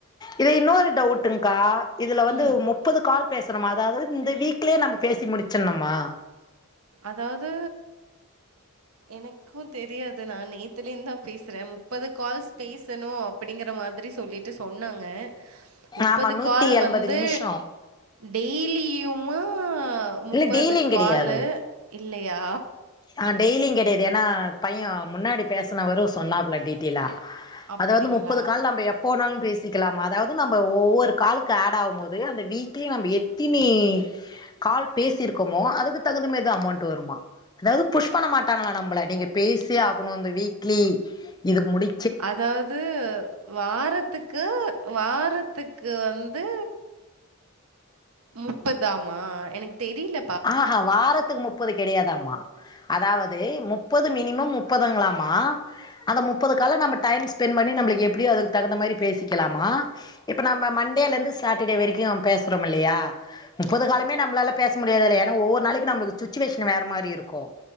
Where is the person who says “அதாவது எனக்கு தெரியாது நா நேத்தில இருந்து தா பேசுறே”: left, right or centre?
Right